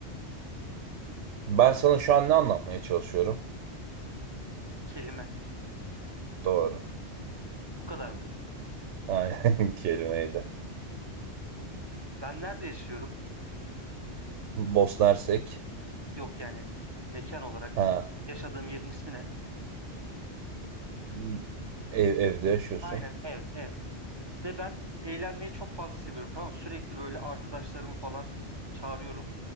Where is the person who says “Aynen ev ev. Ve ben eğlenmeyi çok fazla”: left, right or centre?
Right